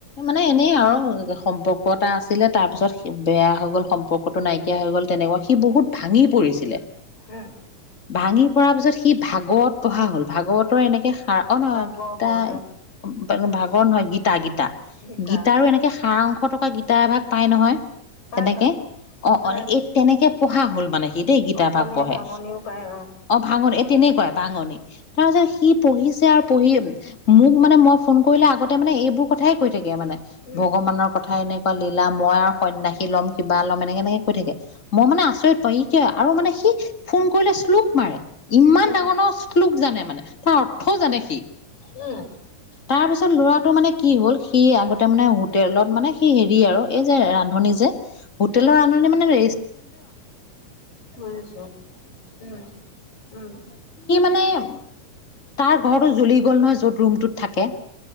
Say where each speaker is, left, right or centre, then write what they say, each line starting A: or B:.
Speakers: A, on the left; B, on the left.
A: মানে মানে এনেই আৰু সম্পৰ্ক এটা আছিলে তাৰ পিছত বেয়া হৈ গ'ল সম্পৰ্কতটো নাইকিয়া হৈ গ'ল তেনেকুৱা মানে সি বহুত ভাঙি পৰিছিলে।
B: উম।
A: ভাঙি পৰাৰ পিছত সি ভাগৱত পঢ়া হল ভাগৱতৰ এনেকে অ ন
B: ভাগৱত অ,
A: ভাগ <inaudible> হয়য় গীতা গীতা
B: গীতা
A: গীতাৰো এনেকে সাৰাংশ টকা গীতা এভাগ পাই নহয়
B: পাই
A: তেনেকে
B: পাই
A: অ
B: পাই
A: অ এই তেনেকে পঢ়া হ'ল মানে দেই গীতা
B: অসমীয়া
A: ভাগ পঢ়ে
B: ভাঙনিও পায়
A: অ ভাঙৰ এ তেনেকুৱাই ভাঙনি তাৰ পিছত সি পঢ়িছে আৰু পঢ়ি মোক মানে মই ফোন কৰিলে আগতে মানে এইবোৰ কথাই কৈ থাকে মানে
B: উম,
A: ভগৱানৰ কথা এনেকুৱা লীলা মই আৰু সন্যাসী লম কিবা লম এনেকে এনেকে কৈ থাকে মই মানে আচৰিত পাওঁ ই ক আৰু মানে সি ফোন কৰিলে শ্লোক মাৰে ইমান
B: উম,
A: ডাঙৰ শ্লুোক জানে মানে তাৰ অৰ্থও জানে সি
B: উম
A: তাৰ পিছত ল'ৰাটো মানে কি হ'ল সি আগতে মানে হোটেলত মানে সি হেৰি আৰু এই যে ৰান্ধনী যে হোটেলৰ
B: উম,
A: ৰান্ধনী মানে
B: বুজিছো উম, উম,
A: <inaudible> তাৰ ঘৰটো জ্বলি গ'ল নহয় য'ত ৰুমটোত থাকে